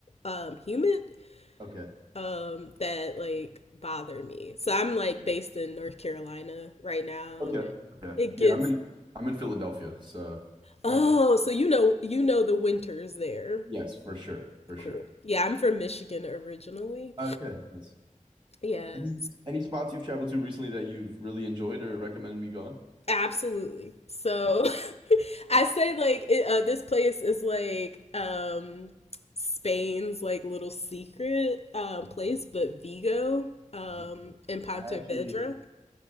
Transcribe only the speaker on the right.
okay,
okay,
okay.
Yeah,
I'm in I'm in Philadelphia, so
not
yes, for sure, for
sure.
Okay. Nice.
Any any spots you've traveled to recently that you've really enjoyed or recommended me going?
Yeah.
Okay.
Beautiful.
I actually,